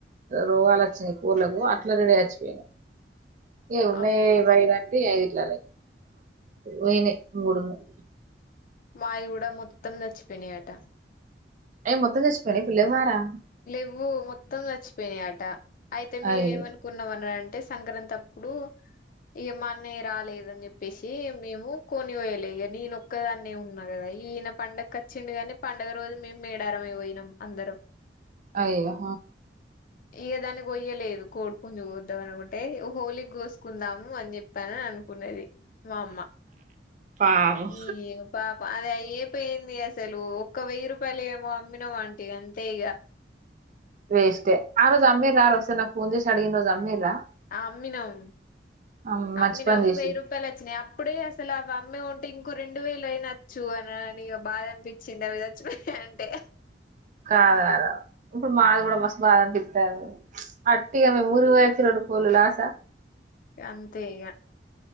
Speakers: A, on the right; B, on the left.
A: రోగాలొచ్చాయ్ కోర్లకు అట్లానే రెడీ అయి. <unintelligible> ఏ ఉన్నాయే
B: అవును
A: ఈవైదంటే ఈఐద్ ఓయినాయ్ మూడు ఉన్నాయ్
B: మాయ్యి గుడా మొత్తం చచ్చిపోనియట
A: ఏ మొత్తం చచ్చిపోయ్ని ఇప్పుడు లేవ్వారా
B: లెవ్వు మొత్తం చచ్చిపోయినీ అట అయితే మేమేమనుకున్నామని
A: అయ్యో
B: అనంటే స్ సంక్రాంతి అప్పుడు ఇగ మా అన్నయ రాలేదన్ జేప్పేసి మేము కోడ్ని గొయలే ఇగ నేనొక్కదాన్నే ఉన్నా గదా ఈయన పండక్కి వచ్చిండు గానీ పండగ రోజు మేమం మేడారమే ఓయిన్నాం అందరం.
A: అయ్యో
B: ఇగ దాన్ని గొయ్యలేదు కోడి పుంజు కోద్దాం అనుకుంటే హోలీ గోస్కుందాము అని చెప్పానని అనుకున్నది మా అమ్మ.
A: పాపం
B: ఈయె పాప అదే అయ్యె పె ది అసలు ఒక్క వెయ్యి రూపాయల్ ఏమో అమ్మిన అంటిగ అంతే ఇగ
A: వేస్టే ఆ రోజు అమ్మే ఇసార్ వస్తే నాక్ ఫోన్ చేస్ అడిగిన రోజు అమ్మేదా
B: ఆహ్ అమ్మినాం
A: అమ్- మంచి
B: అమ్మినాం
A: పని చేసి
B: వెయ్యి రూపాయల్ వచ్చినాయ్ అప్పుడే అసలు అవి అమ్మి ఉ ఇంకో రెండు వేలు అయినచ్చు అన అని బాధ అనిపించింది అవి చచ్చిపోయాయ్ అంటే.
A: కాదార ఇప్పుడు మాది గూడా మస్తు బాధ అనిపిత్తాంది అట్టిగ మెమ్ ఊరికి బోయ్ వచ్చి రెండు పొల్లుల ఆశ.
B: అంతేగ